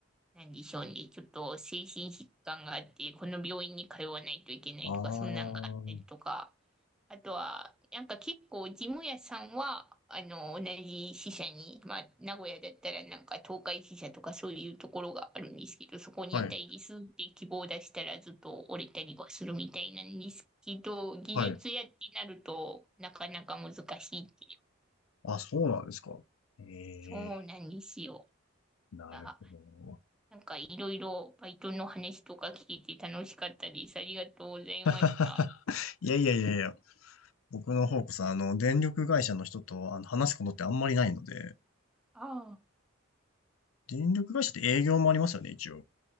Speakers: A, in the centre; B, on the left.
A: なんでしょうね。ちょっと精神疾患があって、この病院に通わないといけないとか、
B: ああ、は
A: そんなんがあったりとか、あとは、なんか結構、事務屋さんは、あの、同じ支社に、まあ、名古屋だったらなんか東海支社とかそういうところがあるんですけど、そこにいたいですって希望を出したらずっと折れたりはするみたいなんですけど、
B: い、
A: 技術屋ってなるとなかなか難しいっていう。
B: はい。あ、そうなんですか。ええ、
A: そうなんですよ。
B: なるほど。
A: あ、なんかいろいろバイトの話とか聞けて楽しかったです。ありがとうございました。
B: <laughs>
A: あ
B: いやいやいやいや、僕の方こそ、あの、電力会社の人とあの話すことってあんまりないので、
A: あ、
B: 電力会社って営業もありますよね、一応。